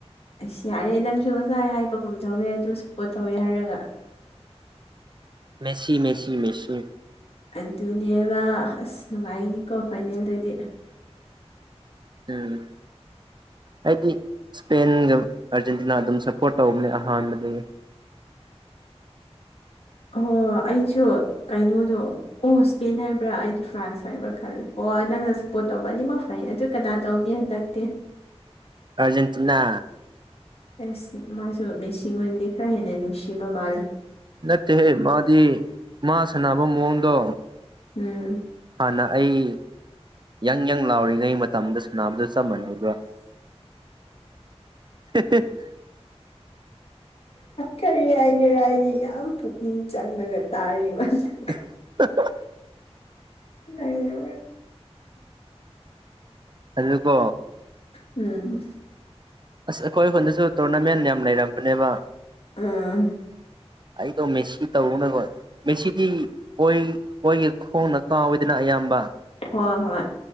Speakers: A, on the left; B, on the right.
A: ꯑꯁ ꯌꯥꯔꯦ ꯅꯪꯁꯨ ꯉꯁꯥꯏ ꯍꯥꯏꯕꯒꯨꯝ ꯇꯧꯋꯦ ꯑꯗꯨꯝ ꯁꯞꯄꯣꯔꯠ ꯇꯧꯋꯦ ꯍꯥꯏꯔꯒ
B: ꯃꯦꯁꯤ ꯃꯦꯁꯤ ꯃꯦꯁꯤ
A: ꯑꯗꯨꯅꯦꯕ ꯑꯁ ꯅꯨꯡꯉꯥꯏꯅꯤꯀꯣ ꯐꯥꯏꯅꯦꯜꯗꯗꯤ
B: ꯎꯝ ꯑꯩꯗꯤ ꯏꯁꯄꯦꯟꯒ ꯑꯥꯔꯖꯦꯟꯇꯤꯅꯥ ꯑꯗꯨꯝ ꯁꯞꯄꯣꯔꯠ ꯇꯧꯕꯅꯦ ꯑꯍꯥꯟꯕꯗꯒꯤ
A: ꯑꯣ ꯑꯩꯁꯨ ꯀꯩꯅꯣꯗꯣ ꯑꯣ ꯁ꯭ꯄꯦꯟ ꯍꯥꯏꯕ꯭ꯔꯥ ꯑꯩꯗꯤ ꯐ꯭ꯔꯥꯟꯁ ꯍꯥꯏꯕ꯭ꯔꯥ ꯈꯜꯂꯦ ꯑꯣ ꯅꯪꯅ ꯁꯞꯄꯣꯔꯠ ꯇꯧꯕ ꯑꯅꯤꯃꯛ ꯐꯩꯅꯤ ꯑꯗꯨ ꯀꯅꯥ ꯇꯧꯅꯤ ꯍꯟꯗꯛꯇꯤ
B: ꯑꯔꯖꯦꯟꯇꯤꯅꯥ
A: ꯑꯦꯁ ꯃꯥꯁꯨ ꯃꯤꯁꯤꯡꯣꯟꯗꯤ ꯈꯔ ꯍꯦꯟꯅ ꯅꯨꯡꯁꯤꯕ ꯃꯥꯜꯂꯦ
B: ꯅꯠꯇꯦꯍꯦ ꯃꯥꯗꯤ ꯃꯥ ꯁꯥꯟꯅꯕ ꯃꯑꯣꯡꯗꯣ
A: ꯎꯝ
B: ꯍꯅ ꯑꯩ ꯌꯪ ꯌꯪ ꯂꯥꯎꯔꯤꯉꯩ ꯃꯇꯝꯗ ꯁꯅꯥꯝꯗꯨ ꯆꯞ ꯃꯥꯟꯅꯩ ꯑꯗꯨꯒ <unintelligible>
A: ꯀꯔꯤ ꯍꯥꯏꯒꯔ ꯍꯥꯏꯒꯤ ꯌꯥꯝ ꯄꯨꯛꯅꯤꯡ ꯆꯪꯉꯒ ꯇꯥꯔꯤꯕ ꯑꯗꯨꯒ
B: <unintelligible>
A: ꯅꯅꯦ
B: ꯑꯗꯨꯀꯣ
A: ꯎꯝ
B: ꯑꯁ ꯑꯩꯈꯣꯏ ꯑꯩꯈꯣꯏꯗꯁꯨ ꯇꯣꯔꯅꯥꯃꯦꯟ ꯌꯥꯝ ꯂꯩꯔꯝꯕꯅꯦꯕ
A: ꯑꯥ
B: ꯑꯩꯗ ꯃꯦꯁꯤ ꯇꯧꯅ ꯀꯣ ꯃꯦꯁꯤꯗꯤ ꯑꯣꯏ ꯑꯣꯏꯣꯏꯒꯤ ꯈꯣꯡꯅ ꯀꯥꯎꯋꯤꯗꯅ ꯑꯌꯥꯝꯕ
A: ꯍꯣꯏ ꯍꯣꯏ